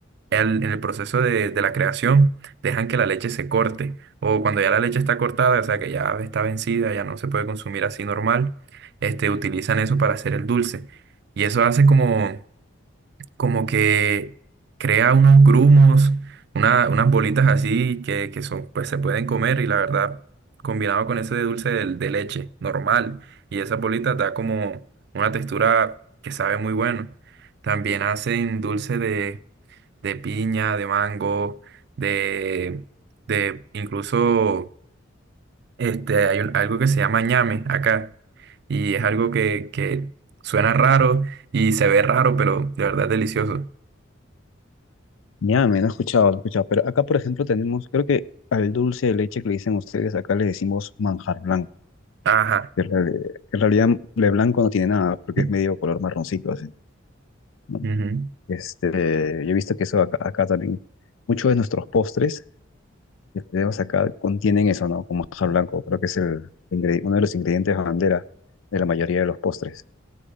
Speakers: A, on the right (about 55°); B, on the left (about 75°).
A: al- en el proceso de, de la creación dejan que la leche se corte o cuando ya la leche está cortada, o sea que ya está vencida, ya no se puede consumir así normal, este, utilizan eso para hacer el dulce. Y eso hace como, como que crea unos grumos, una- unas bolitas así que, que son, pues se pueden comer y la verdad, combinado con ese de dulce de, de leche normal y esas bolitas da como una textura que sabe muy bueno. También hacen dulce de piña, de mango, de, de incluso este, hay un- algo que se llama ñame acá. Y es algo que, que suena raro y se ve raro, pero de verdad es delicioso.
B: Ya, me no he escuchado, no he escuchado. Pero acá, por ejemplo, tenemos, creo que al dulce de leche que le dicen ustedes, acá le decimos manjar blanco.
A: Ajá.
B: Que en reali- que en realidad de blanco no tiene nada, porque
A: <laughs>
B: es medio color marroncito, así, ¿no?
A: Ujú.
B: Este, yo he visto que eso acá, acá también, muchos de nuestros postres que tenemos acá contienen eso, ¿no? Como manjar blanco, creo que es el ingre- uno de los ingredientes bandera de la mayoría de los postres.